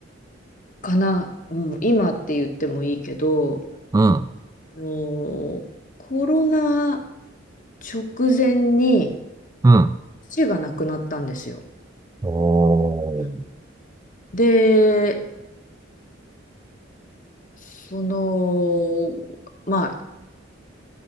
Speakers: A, on the left (about 45°); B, on the right (about 20°).
A: かな、うん、今って言ってもいいけど、
B: うん、
A: もうコロナ直前に
B: うん。
A: 父が亡くなったんですよ。
B: お
A: うん
B: ー
A: で、その、まあ、